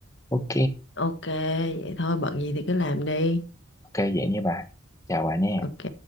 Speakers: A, on the left; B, on the left.
A: ok
B: Ok, vậy thôi bận gì thì cứ làm đi.
A: ok vậy nha bà chào bà nha
B: Ok.